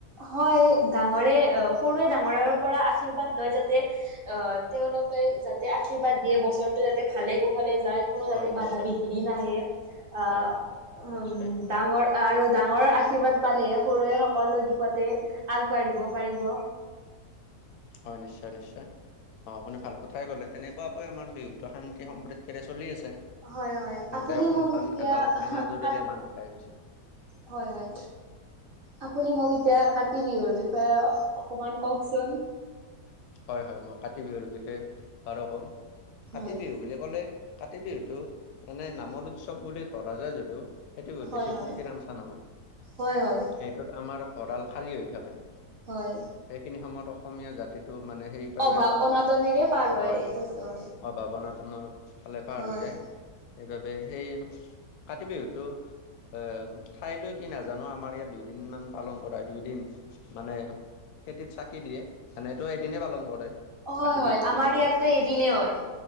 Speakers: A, on the right; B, on the left.
A: হয় ডাঙৰে, সৰুৱে ডাঙৰৰ পৰা আশীৰ্বাদ লয় যাতে আহ তেওঁলোকে যাতে আশীৰ্বাদ দিয়ে, বছৰটো যাতে ভালে কুশলে যায়। কোনো
B: হয়
A: যাতে
B: নিশ্চয়
A: বাধা বিঘিনি নাহে, আ
B: হয় হয়।
A: উম'।
B: নিশ্চয়
A: ডাঙৰ, আৰু ডাঙৰৰ আশীৰ্বাদ পালেহে সৰুৱে সকলো দিশতে আগবাঢ়িব পাৰিব।
B: হয় নিশ্চয় নিশ্চয়, অ', আপুনি ভাল কথাই ক'লে, তেনেকুৱাকৈ আমাৰ বিহুটো শান্তি সমৃদ্ধিৰে চলি আছে।
A: হয় হয়
B: গোটেই
A: আপুনি
B: অসমখন
A: মোক এতিয়া
B: এডাল এনাজৰীৰে
A: কাত
B: বান্ধ খাই উঠিছে।
A: হয় হয়। আপুনি, মোক এতিয়া কাতি বিহুৰ বিষয়ে অকণমান কওকচোন।
B: হয়, হয়, মই কাতি বিহুৰ বিষয়ে বাৰু কওঁ, কাতি
A: হয়
B: বিহু বুলি ক'লে, কাতি বিহুতটো এনে নামৰ উৎসৱ বুলি ধৰা যায় যদিও সেইটো বহুত
A: হয়
B: বেছি
A: হয়
B: ফূৰ্তি আমচা নহয়,
A: হয় হয়
B: সেইটোত আমাৰ ভঁৰাল খালী হৈ থাকে।
A: হয়।
B: সেইখিনি সময়ত অসমীয়া জাতিটো মানে, সেইবাবে
A: অভাৱ অনাটনেৰে পাৰ
B: হয়।
A: এইটো জয়
B: অভাৱ অনাটনৰ ফালে পাৰ
A: হয়।
B: হৈ যায় সেইবাবে সেই কাটি বিহুতো আহ ঠাইলৈ কি নাজানো আমাৰ ইয়াত দুইদিন মান পালন কৰা দুইদিন মানে খেতিত চাকি দিয়ে এনেইটো এদিনেই পালন কৰে।
A: হয়
B: কাতি
A: হয়
B: বিহু বুলি
A: আমাৰ
B: ক'লে
A: ইয়াতো এদিনে হয়।